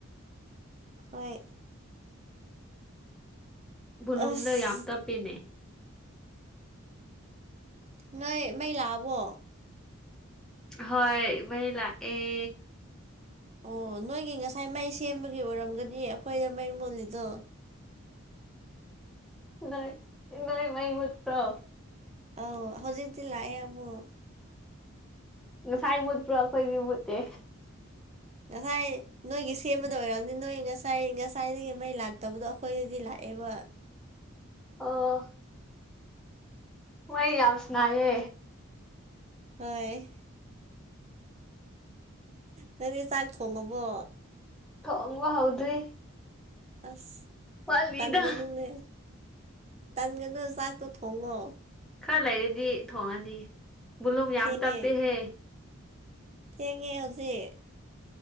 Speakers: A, on the right; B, in the centre.
A: ꯍꯣꯏ
B: ꯕꯣꯂꯨꯝꯗ
A: ꯑꯁ
B: ꯌꯥꯝ ꯇꯞꯄꯦꯅꯦ
A: ꯅꯣꯏ ꯃꯩ ꯂꯥꯛꯑꯕꯣ
B: ꯍꯣꯏ ꯃꯩ ꯂꯥꯛꯑꯦ
A: ꯑꯣ ꯅꯣꯏꯒꯤ ꯉꯁꯥꯏ ꯃꯩ ꯁꯦꯝꯕꯒꯤ ꯑꯣꯏꯔꯝꯒꯅꯤ ꯑꯩꯈꯣꯏꯗ ꯃꯩ ꯃꯣꯜꯂꯤꯗꯣ
B: ꯅꯣꯏ ꯅꯣꯏ ꯃꯥ ꯃꯨꯠꯄ꯭ꯔꯣ
A: ꯑꯥꯎ ꯍꯧꯖꯤꯛꯇꯤ ꯂꯥꯛꯑꯦ ꯑꯃꯨꯛ
B: ꯉꯁꯥꯏ ꯃꯨꯠꯄ꯭ꯔꯣ ꯑꯩꯈꯣꯏꯒꯤ ꯃꯕꯨꯠꯇꯦ
A: ꯉꯁꯥꯏ ꯅꯣꯏꯒꯤ ꯁꯦꯝꯕꯗ ꯑꯣꯏꯔꯝꯅꯤ ꯅꯣꯏ ꯉꯁꯥꯏ ꯉꯁꯥꯏꯗꯒꯤ ꯃꯩ ꯂꯥꯛꯇꯕꯗꯣ ꯑꯩꯈꯣꯏꯗꯗꯤ ꯂꯥꯛꯑꯦꯕ
B: ꯑꯣ ꯋꯥꯌꯤ ꯌꯥꯝ ꯁꯥꯅꯒꯦ
A: ꯍꯣꯏ ꯅꯪꯅꯦ ꯆꯥꯛ ꯊꯣꯡꯉꯕꯣ
B: ꯊꯣꯉꯕ ꯍꯧꯗ꯭ꯔꯤ
A: ꯑꯁ
B: ꯋꯥꯠꯂꯤꯗ
A: ꯇꯟꯒꯅꯨꯅꯦ ꯇꯟꯒꯅꯨ ꯆꯥꯛꯇꯣ ꯊꯣꯡꯉꯣ
B: ꯈꯔ ꯂꯩꯔꯗꯤ ꯊꯣꯡꯉꯅꯤ ꯕꯣꯂꯨꯝ ꯌꯥꯝ
A: ꯊꯦꯡꯉꯦ
B: ꯇꯞꯄꯦꯍꯦ
A: ꯊꯦꯡꯉꯦ ꯍꯧꯖꯤꯛ